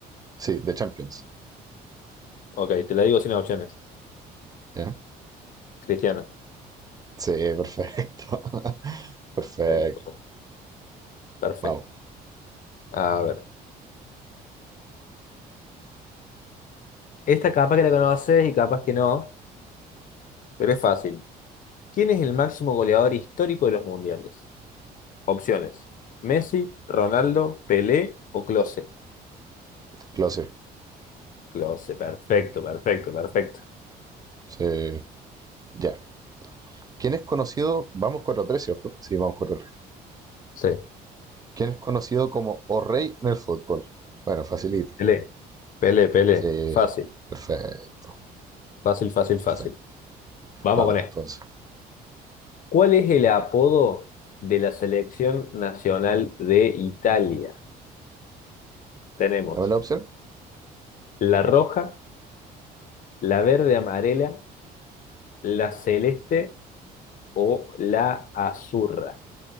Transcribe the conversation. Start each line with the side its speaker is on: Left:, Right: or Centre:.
Right: sí, de Champions.
Left: Ok, te la digo sin opciones.
Right: ¿Ya?
Left: Cristiano.
Right: Sí, perfecto. <laughs> perfecto.
Left: Perfecto. perfecto.
Right: Vamos,
Left: A ver. Esta capaz que la conoces y capaz que no, pero es fácil. ¿Quién es el máximo goleador histórico de los mundiales? Opciones. Messi, Ronaldo, Pelé o Klose.
Right: clase.
Left: Klose, perfecto, perfecto, perfecto.
Right: Se- ya. ¿Quién es conocido? Vamos 4 tres, ¿cierto? Sí, vamos 4 tres.
Left: Sí.
Right: ¿Quién es conocido como O Rey en el fútbol? Bueno, facilita.
Left: Pelé. Pelé, Pelé.
Right: Sí,
Left: Fácil,
Right: perfecto.
Left: fácil, fácil, fácil.
Right: Perfecto.
Left: Vamos
Right: Vamos,
Left: con esto.
Right: entonces.
Left: ¿Cuál es el apodo de la selección nacional de Italia? Tenemos
Right: Dame la opción.
Left: la roja, la verde amarela, la celeste o la azurra.